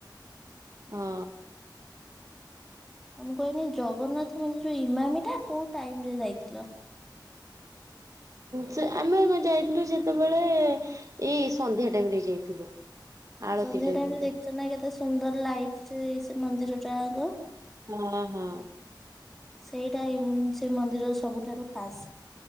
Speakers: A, on the right; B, in the centre.
A: ହଁ।
B: ଆ ମୁଁ କହିଲି ଜଗନ୍ନାଥ ମନ୍ଦିର ଯୋଉ ଇମାମି ଟା କୋଉ ଟାଇମ ରେ ଯାଇଥିଲ।
A: ସେ ଆମେ ଯାଇଥିଲୁ ଯେତେବେଳେ ଏଇ ସନ୍ଧ୍ୟା ଟାଇମ ରେ ଯାଇଥିଲୁ। ଆଳତି
B: ସନ୍ଧ୍ୟା ଟାଇମ ରେ
A: ର
B: ଦେଖିଛ ନା କେତେ ସୁନ୍ଦର ଲାଇଟ୍ ସେ ସେ ମନ୍ଦିରଟା ଆଙ୍କ।
A: ହଁ ହଁ।
B: ସେଇଟା ସେ ମନ୍ଦିର ସବୁଠାରୁ ଖାସ୍।